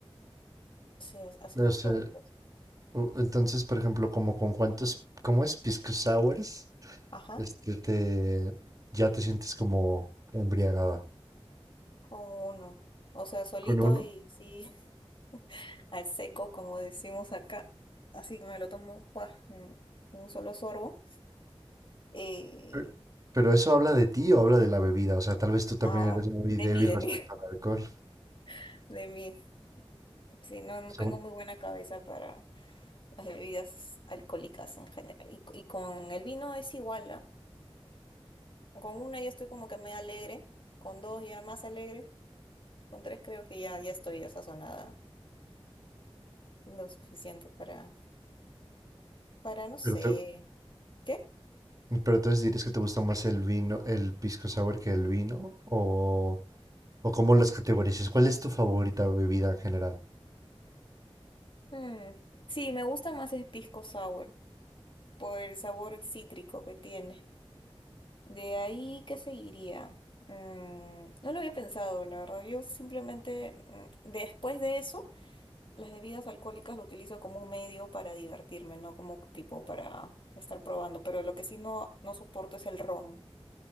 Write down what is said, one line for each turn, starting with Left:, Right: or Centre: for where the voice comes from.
Left: Sí, as- así
Right: No
Left: de
Right: sé.
Left: fuerte. lo
Right: O- Entonces, por ejemplo, como con cuántos, ¿cómo es? Pisco sours,
Left: Ajá,
Right: este te ya te sientes como embriagada.
Left: con uno. O sea, solito
Right: ¿Con uno?
Left: y así <laughs> al seco, como decimos acá. Así que me lo tomo, ¡guau! en un solo sorbo. Eh,
Right: Pe- Pero eso habla de ti o habla de la bebida, o sea, tal vez tú también
Left: ah,
Right: eres muy
Left: de
Right: débil
Left: mí, de
Right: respecto
Left: mí,
Right: al alcohol.
Left: <laughs> de mí. Sí, no, no
Right: O sea,
Left: tengo
Right: un-
Left: muy buena cabeza para. las bebidas alcohólicas en general. Y, y con el vino es igual, ¿ah? Con una ya estoy como que me alegre, con dos ya más alegre, con tres creo que ya, ya estoy ya sazonada lo suficiente para, para no sé,
Right: pero te-
Left: ¿qué?
Right: Pero entonces dirías que te gusta más el vino, el pisco sour que el vino, o, o cómo las categorizas. ¿Cuál es tu favorita bebida en general?
Left: Mm, Sí, me gusta más el pisco sour por el sabor cítrico que tiene. De ahí, ¿qué seguiría? Mm, no lo había pensado, la verdad. Yo simplemente, mm, después de eso, Las bebidas alcohólicas lo utilizo como un medio para divertirme, no como tipo para estar probando, pero lo que sí no, no soporto es el ron.